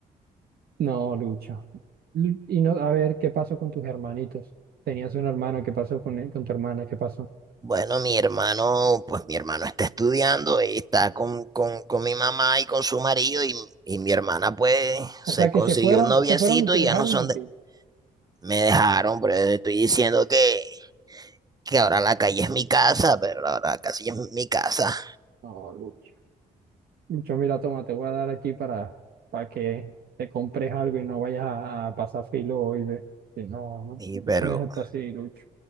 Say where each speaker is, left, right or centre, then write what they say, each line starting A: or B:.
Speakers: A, on the right; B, on the right.
A: No, Lucho. Lu- Y no, a ver, ¿qué pasó con tus hermanitos? Tenías un hermano, ¿qué pasó con él, con tu hermana? ¿Qué pasó?
B: Bueno, mi hermano, pues mi hermano está estudiando y está con, con, con mi mamá y con su marido y, y mi hermana pues se
A: O sea
B: consiguió
A: que se fueron,
B: un noviecito
A: se fueron y te
B: y
A: dejaron
B: ya no son
A: a
B: de...
A: ti.
B: Me dejaron, pero te estoy diciendo que, que ahora la calle es mi casa, pero la verdad, casi es mi casa.
A: No, Lucho. Lucho, mira, toma, te voy a dar aquí para, para que te compres algo y no vayas a, a pasar filo hoy, ve. Que no,
B: Y,
A: no,
B: pero,
A: eso no es hasta
B: o
A: así, Lucho.